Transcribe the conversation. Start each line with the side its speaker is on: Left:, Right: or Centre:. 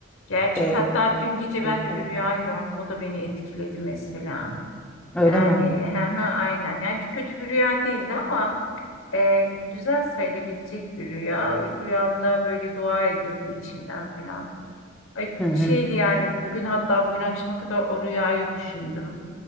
Left: Gerçek
Centre: e,
Left: hatta dün gece ben de
Centre: evet,
Left: bir rüya gördüm. O da beni etkiledi mesela.
Centre: Öyle
Left: Yani
Centre: mi?
Left: <laughs> hı hı, aynen. Yani kötü bir rüya değildi ama Ee, güzel sayılabilecek bir rüya. Rüyamda böyle dua ediyordum içimden falan. Ay,
Centre: Hı hı.
Left: şeydi yani bugün hatta bugün akşama kadar o rüyayı düşündüm.